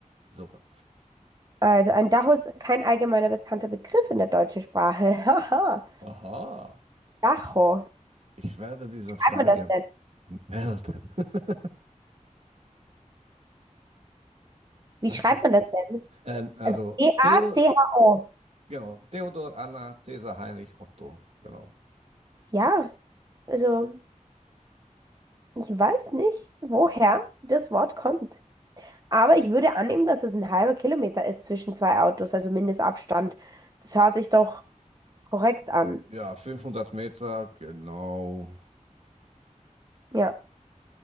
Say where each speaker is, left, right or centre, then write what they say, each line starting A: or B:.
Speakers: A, on the right; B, on the right.
A: Super.
B: Also, ein Dacho ist kein allgemeiner bekannter Begriff in der deutschen Sprache. <laughs> Haha.
A: Aha.
B: Dacho.
A: Ich, ich werde diese
B: Wie
A: Frage
B: schreibt man das denn?
A: melden. <laughs>
B: Wie
A: Was
B: schreibt
A: ist?
B: man das denn?
A: Ähm, also
B: Also D-A-C-H-O.
A: Theo, genau, Theodor, Anna, Cäsar, Heinrich, Otto. Genau.
B: Ja, also ich weiß nicht, woher das Wort kommt. Aber ich würde annehmen, dass es ein halber Kilometer ist zwischen zwei Autos, also Mindestabstand. Das hört sich doch korrekt an.
A: Ja, 500 Meter, genau.
B: Ja.